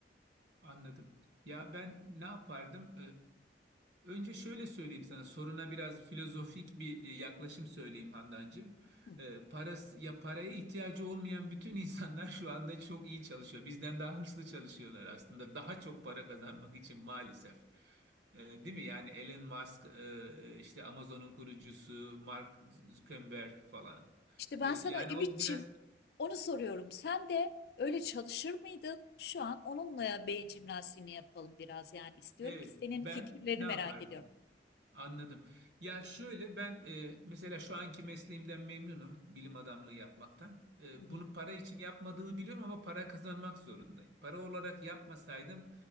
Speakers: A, on the right; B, on the left.
A: Anladım. Ya ben ne yapardım? Ee, önce şöyle söyleyeyim sana. Soruna biraz filozofik bir e, yaklaşım söyleyeyim Handancığım.
B: Hı.
A: Ee, parası, ya paraya ihtiyacı olmayan bütün insanlar <laughs> şu anda çok iyi çalışıyor. Bizden daha hırslı çalışıyorlar aslında. Daha çok para kazanmak için maalesef. Ee, değil mi? Yani Elon Musk, e, işte Amazon'un kurucusu, Mark Zuckerberg falan.
B: İşte ben
A: Ee, yani
B: sana Ümitçim
A: o biraz...
B: onu soruyorum. Sen de öyle çalışır mıydın? Şu an onunla beyin jimnastiğini yapalım biraz yani istiyorum
A: Evet,
B: ki senin
A: ben
B: fikirlerini
A: ne
B: merak
A: yapardım?
B: ediyorum.
A: Anladım. Ya şöyle ben e, mesela şu anki mesleğimden memnunum bilim adamlığı yapmaktan. E,
B: Hı
A: bunu
B: hı.
A: para için yapmadığımı biliyorum ama para kazanmak zorundayım. Para olarak yapmasaydım